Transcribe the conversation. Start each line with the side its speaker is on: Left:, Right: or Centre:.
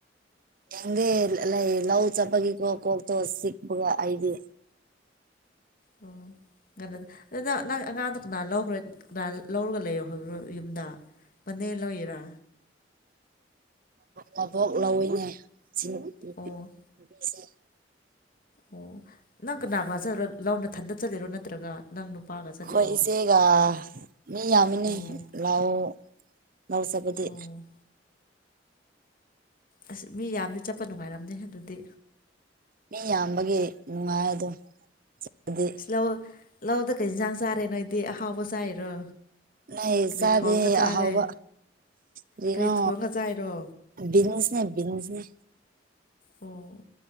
Right: ꯌꯦꯡꯗꯦ ꯂꯩ-ꯂꯧ ꯆꯄꯒꯤ ꯀꯣꯛꯇꯣ ꯆꯤꯛꯄꯒ ꯑꯩꯗꯤ꯫
Left: ꯑꯣ ꯉꯟꯅꯗ ꯑꯗꯨ ꯅꯪ-ꯅꯪ ꯑꯉꯥꯡꯗꯣ ꯀꯅꯥ ꯂꯧꯈ꯭ꯔꯦ ꯀꯅꯥ ꯂꯧꯔꯒ ꯂꯩꯌꯣ ꯍꯧ ꯌꯨꯝꯗ ꯄꯅꯦ ꯂꯧꯏꯔ?
Right: ꯃꯕꯣꯛ ꯂꯧꯏꯅꯦ ꯁꯤ꯫ ꯅꯨꯄꯤꯁꯦ
Left: ꯑꯣ
Right: <inaudible>
Left: ꯑꯣ ꯅꯪ ꯀꯅꯥ ꯀꯅꯥ ꯆꯠꯂꯔꯣ ꯂꯧ ꯅꯊꯟꯗ ꯆꯠꯂꯤꯔꯣ ꯅꯠꯇ꯭ꯔꯒ ꯅꯪ ꯅꯨꯄꯥꯒ ꯆꯠꯂꯤꯔꯣ
Right: ꯑꯩꯈꯣꯏ ꯏꯆꯦꯒ ꯃꯤ ꯌꯥꯝꯃꯤꯅꯤ
Left: ꯑꯣ
Right: ꯂꯑꯣ ꯂꯧ ꯆꯠꯄꯗꯤ꯫
Left: ꯑꯣ ꯑꯁ ꯃꯤ ꯌꯥꯝꯃꯗꯤ ꯆꯠꯄ ꯅꯨꯡꯉꯥꯏꯔꯝꯅꯤ ꯑꯗꯨꯗꯤ꯫
Right: ꯃꯤ ꯌꯥꯝꯕꯒꯤ ꯅꯨꯡꯉꯥꯏ ꯑꯗꯨꯝ-ꯗꯤ
Left: ꯂꯧ ꯂꯧꯗ ꯀꯩ ꯌꯦꯟꯁꯥꯡ ꯆꯥꯔꯦ ꯅꯣꯏꯗꯤ ꯑꯍꯥꯎꯕ ꯆꯥꯏꯔꯣ
Right: ꯅ
Left: ꯀꯔꯤ
Right: ꯆꯥꯗꯦ
Left: ꯊꯣꯡꯉꯒ ꯆꯥꯔꯦ
Right: ꯑꯍꯥꯎꯕ ꯑꯗꯨꯅꯣ
Left: ꯀꯔꯤ ꯊꯣꯡꯉꯒ ꯆꯥꯏꯔꯣ
Right: ꯕꯤꯖꯤꯁꯅꯦ ꯕꯤꯖꯤꯁꯅꯦ
Left: ꯑꯣ